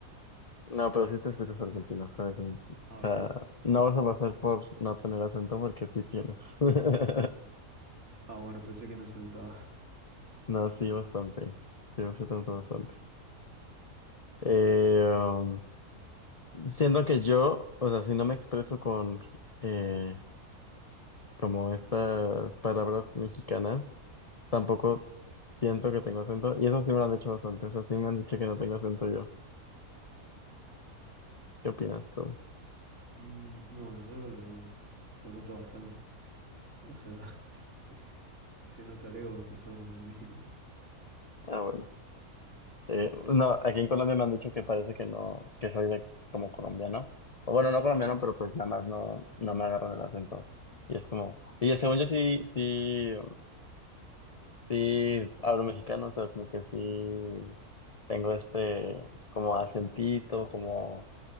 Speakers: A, on the left; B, on the right.
A: No, pero sí te escuchas argentino, ¿sabes? O
B: Ah,
A: sea,
B: ok.
A: no vas a pasar por no tener acento porque sí tienes. <laughs>
B: Ah, bueno, pensé que no se notaba.
A: No, sí, bastante. Sí, bastante, bastante. Eh, um, siendo que yo, o sea, si no me expreso con eh, como estas palabras mexicanas, Tampoco siento que tengo acento. Y eso sí me lo han dicho bastante. Eso sí me han dicho que no tengo acento yo. ¿Qué opinas tú?
B: Mm, no, yo lo, lo noto bastante. O sea, <laughs> se nota lejos que sos de México.
A: Ah, bueno. Eh, no, aquí en Colombia me han dicho que parece que no, que soy de como colombiano. O bueno, no colombiano, pero pues nada más no, no me agarran el acento. Y es como, y según yo sí, sí, sí hablo mexicano, o sea, como que sí tengo este como acentito, como,